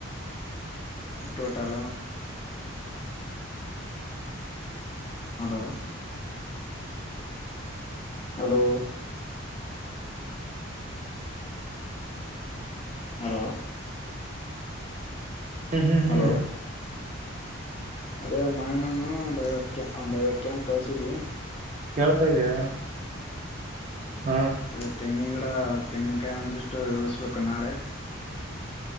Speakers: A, on the left; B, on the right.
A: ಟೋಟಾಲ ಹಲೋ ಹಲೋ ಹಲೋ
B: ಹ್ಮ್ ಹ್ಮ್
A: ಹಲೋ
B: ಹ್ಮ್
A: ಅದೇ ಮಯೂನ್ಣ ಒಂದ್ ಐವತ್ ಒಂದ್ ಐವತ್ಕನ್ ಕಳಸಿದ್ವಿ
B: ಕೇಳ್ತಾ ಇದಯ ಹಾ
A: ಇವತ್ ತೆಂಗಿನ ಗಿಡ ತೆಂಗಿನಕಾಯಿ ಒಂದಿಷ್ಟು ಇಳಿಸ್ಬೇಕು ನಾಳೆ